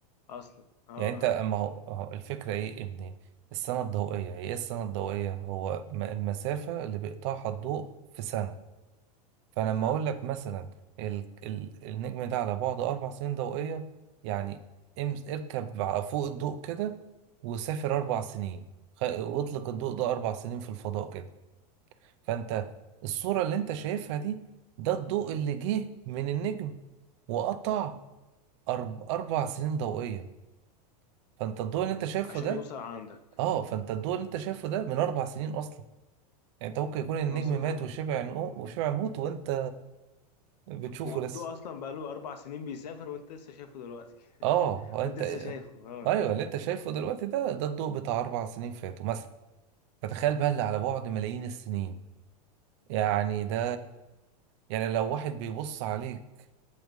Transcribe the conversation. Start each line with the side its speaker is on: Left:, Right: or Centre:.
Left: أصلا اه
Right: يعني انت اما هو هو الفكرة ايه ان السنة الضوئية ايه السنة الضوئية هو م- المسافة اللي بيقطعها الضوء في سنة فلما
Left: بس أنا
Right: اقول لك مثلا ال... ال... النجم ده على بعد اربع سنين ضوئية يعني امز... اركب ع- فوق الضوء كده وسافر اربع سنين خ... واطلق الضوء ده اربع سنين في الفضاء كده فانت الصورة اللي انت شايفها دي ده الضوء اللي جه من النجم وقطع أرب... أربع سنين ضوئية فانت الضوء اللي انت شايفه
Left: عشان
Right: ده
Left: يوصل عندك
Right: اه فانت الضوء اللي انت شايفه ده من أربع سنين أصلا يعني انت ممكن يكون النجم
Left: هو سبحانه
Right: مات وشبع نقو- وشبع موت وانت بتشوفه
Left: والضوء
Right: لسه
Left: اصلا بقاله اربع سنين بيسافر وانت لسه شايفه دلوقتي <laughs>
Right: اه هو انت
Left: وانت لسه شايفه اه
Right: ايوه اللي انت شايفه دلوقتي ده ده الضوء بتاع أربع سنين فاتوا مثلا فتخيل بقى اللي على بعد ملايين السنين يعني ده يعني لو واحد بيبص عليك